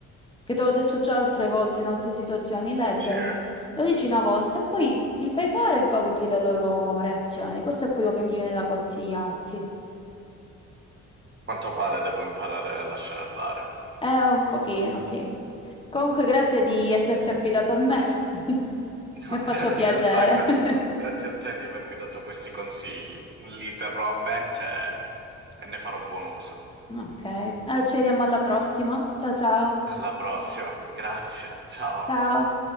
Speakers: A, on the left; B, on the right.
A: che te l'ho detto già altre volte in altre situazioni, l'eddem.
B: Sì, a
A: Lo dici una volta e poi li fai fare e valuti le loro reazioni. Questo è quello che mi viene da consigliarti.
B: quanto pare devo imparare a lasciare andare. <laughs>
A: Eh, un pochino, sì. Comunque, grazie di esserti affidato a me. <laughs>
B: No,
A: Mi ha fatto
B: gra-
A: piacere.
B: in realtà gra-
A: <laughs>
B: grazie a te di avermi dato questi consigli. Li terrò a mente e ne farò buon uso.
A: Ok, allora ci vediamo alla prossima. Ciao ciao.
B: Alla prossima, grazie, ciao.
A: Ciao.